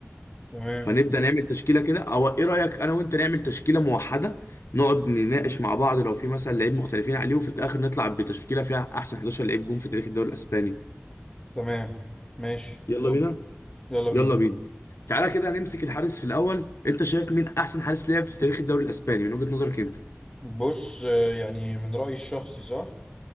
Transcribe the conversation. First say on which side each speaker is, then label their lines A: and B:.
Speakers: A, on the left; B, on the left.
A: تمام
B: فنبدأ نعمل تشكيلة كده او ايه رأيك انا وانت نعمل تشكيلة موحدة نقعد نناقش مع بعض لو في مثلا لعيب مختلفين عليه وفي الاخر نطلع بتشكيلة فيها احسن 11 لعيب جون في تاريخ الدوري الاسباني
A: تمام ماشي
B: يلا
A: يلا
B: بينا
A: يلا بينا
B: يلا بينا تعالى كده نمسك الحارس في الاول انت شايف مين احسن حارس لعب في تاريخ الدوري الاسباني من وجهة نظرك انت
A: بص آه، يعني من رايي الشخصي صح